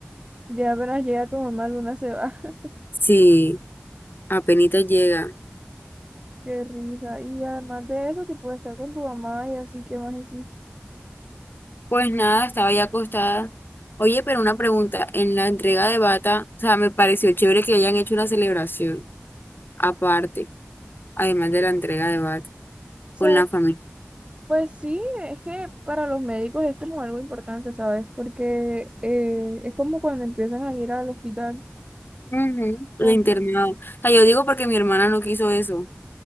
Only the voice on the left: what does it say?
Sí, apenas llega.
Pues nada, estaba ya acostada. Oye, pero una pregunta, en la entrega de bata, o sea, me pareció chévere que hayan hecho una celebración aparte, además de la entrega de bata,
con la familia.
Ujú.
El internado. O sea, yo digo porque mi hermana no quiso eso.